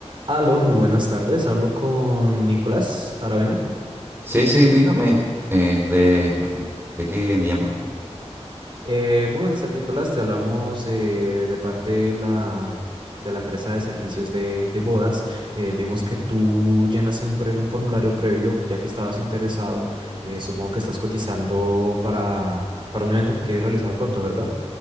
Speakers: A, on the right (about 50°); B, on the right (about 20°).
A: Aló, muy buenas tardes. Hablo con Nicolás Aravena.
B: Sí, sí, dígame, eh, de, parte- ¿de qué me llama?
A: Eh, muy buenas tardes, Nicolás. Te hablamos eh, de parte de la, de la empresa de servicios de, de bodas. Eh, vimos que tú llenaste un, pre- un formulario previo, ya que estabas interesado. Eh, supongo que estás cotizando para, para un evento que quieres realizar pronto, ¿verdad?